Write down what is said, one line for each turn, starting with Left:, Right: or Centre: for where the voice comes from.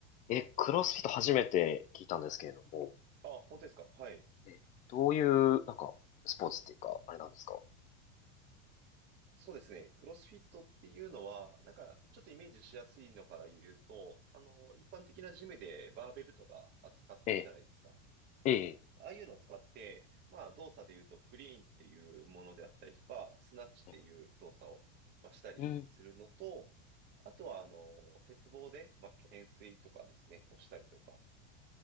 Left: え、え、クロスフィット初めて聞いたんですけれども、
Right: あ、本当ですか。はい。
Left: え、どういう、なんか、スポーツっていうか、あれなんですか
Right: そうですね。クロスフィットっていうのは、なんか、ちょっとイメージしやすいのから言うと、あの、一般的なジムでバーベルとか扱ってるじゃないですか。
Left: ええ、ええ、
Right: ああいうのを使って、まあ動作で言うとクリーンっていうものであったりとか、スナッチっていう動作を、
Left: え
Right: まあ、したりするのと、
Left: うん。
Right: あとはあの、鉄棒で、まあ、懸垂とかですね、をしたりとか、